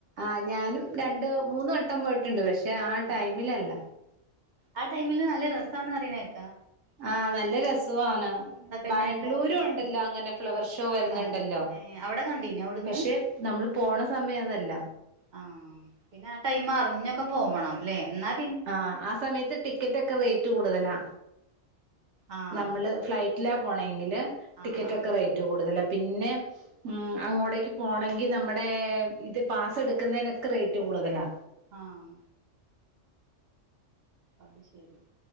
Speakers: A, on the right; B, on the right.
A: ആഹ് ഞാനും രണ്ട് മൂന്ന് വട്ടം പോയിട്ട്ണ്ട് പക്ഷെ ആ
B: ആഹ്
A: ടൈമിലല്ല
B: ആ ടൈമില് നല്ല രസാണ് പറീണേക്കാ
A: ആഹ് നല്ല രസവു ആണ് ബാംഗ്ലൂരു
B: ഇങ്ങനെ ഇണ്ടാക്കിങ്ങാണ്ട്
A: ഉണ്ടല്ലോ അങ്ങനെ ഫ്ലവർ ഷോ വരുന്നുണ്ടല്ലോ
B: ആണോ ഏഹ് അവിടെ കണ്ടീനോ അവിടുന്ന്
A: പക്ഷെ നമ്മള് പോണ സമയം അതല്ല
B: ആഹ് പിന്നെ ആഹ് ടൈമ് അറിഞ്ഞൊക്കെ പോവണംല്ലേ ഇന്നാ
A: ആഹ് ആ സമയത്ത് ടിക്കറ്റ് ഒക്കെ റേറ്റ് കൂടുതലാ
B: ആഹ്
A: നമ്മള് ഫ്ലൈറ്റിലാ പോണെങ്കില്
B: ആഹ്
A: ടിക്കറ്റ്
B: ആഹ്
A: ഒക്കെ റേറ്റ് കൂടുതലാ പിന്നെ ഉം അങ്ങോട്ടേക്ക് പോണങ്കി നമ്മടെ ഇത് പാസ്സ് എടുക്കുന്നേനൊക്കെ റേറ്റ് കൂടുതലാ
B: ആഹ് അത് ശരി